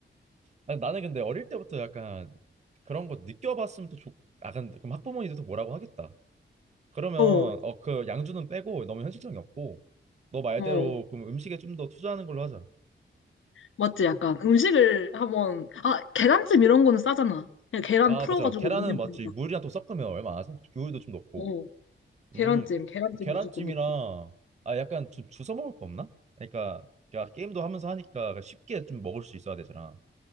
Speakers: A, on the right; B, on the left.
A: 아니, 나는 근데 어릴 때부터 약간 그런 거 느껴봤으면 또 좋, 아, 근데 그럼 학부모님들도 뭐라고 하겠다. 그러면
B: 어,
A: 어, 그 양주는 빼고 너무 현실적이 없고 너 말대로
B: 어.
A: 그럼 음식에 좀 더 투자하는 걸로 하자.
B: 맞지? 약간 음식을 한번, 아, 계란찜 이런 거는 싸잖아. 그냥 계란
A: 아,
B: 풀어가지고
A: 맞아. 계란은
B: 만들면
A: 맞지.
B: 되니까.
A: 물이랑 또 섞으면 얼마 안 하죠. 우유도 좀 넣고.
B: 어, 계란찜,
A: 음,
B: 계란찜
A: 계란찜이랑
B: 무조건 넣고.
A: 아, 약간 좀 주워 먹을 거 없나? 그러니까, 그러니까 게임도 하면서 하니까 쉽게 좀 먹을 수 있어야 되잖아.